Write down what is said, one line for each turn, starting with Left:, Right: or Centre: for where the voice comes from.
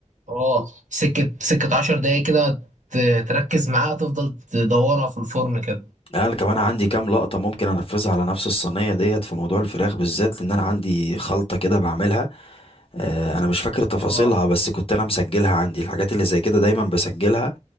Right: اه سكة سكة عشر دقايق كده ت- تركز معاها تفضل تدورها في الفرن كده
Left: يعني انا كمان عندي كام لقطة ممكن انفذها على نفس الصينية ديت في موضوع الفراخ بالذات لان انا عندي خلطة كده بعملها آه، انا مش فاكر تفاصيلها
Right: اه
Left: بس كنت انا مسجلها عندي الحاجات اللي زي كده دايما بسجلها